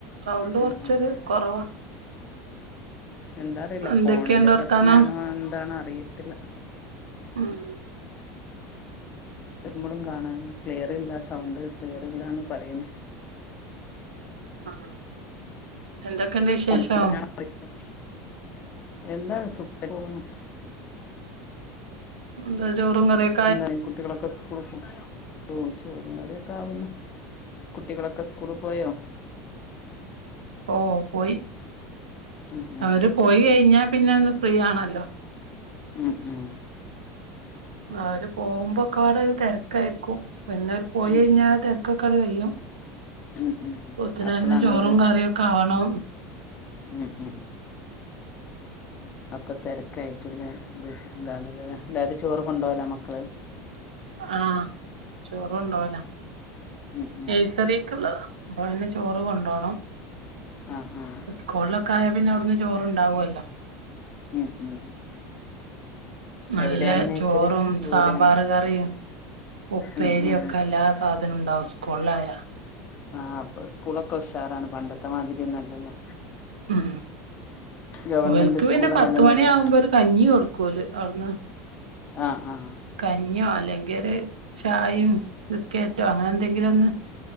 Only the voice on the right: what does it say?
സൗണ്ട് കുറച്ച്
ഒരു കുറവാ
എന്തൊക്കെയുണ്ട്
വർത്താനം
ആഹ്
ആഹ് എന്തൊക്കെയുണ്ട്
വിശേഷം
എന്താ ചോറും കറിയക്
ഓഹ് പോയി
അവര് പോയി കഴിഞ്ഞാ പിന്നെ ഒന്ന് ഫ്രീ ആണല്ലോ
അവര് പോകുമ്പോക്കെ ഇവിടെ ഒരു തിരക്കായിരിക്കും പിന്നെ അവര് പോയി
കഴിഞ്ഞാ തിരക് ക്കൊക്കെ കഴിയും
അപ്പോത്തേന്
തന്നെ ചോറും
കറിയൊക്കെ ആവണം
ആഹ് ചോറ്കൊണ്ടോകല
നഴ്സറീക്ക്‌ ഉള്ളതാ അപ്പ അതിന് ചോറ് കൊണ്ടോണം
സ്കൂളിലക്കെ ആയാൽ പിന്നെ അവിടുന്ന് ചോറുണ്ടാവകുവല്ലോ.
നല്ല
ചോറും
സാമ്പാറു കറിം ഉപ്പേരി
ഒക്കെ എല്ലാ സാധനവും ഉണ്ടാവും ഇസ്കൂളി ആയ
ഉം
ഓല്ക്ക്
പിന്നെ പത്തു മണി
ആകുമ്പോ ഒരു കഞ്ഞി കൊടുക്കൂല് അവിടന്ന്.
കഞ്ഞിയോ അല്ലെങ്കിൽ ഒരു ചായും ബിസ്കറ്റോ അങ്ങനെ എന്തെങ്കിലും ഒന്ന്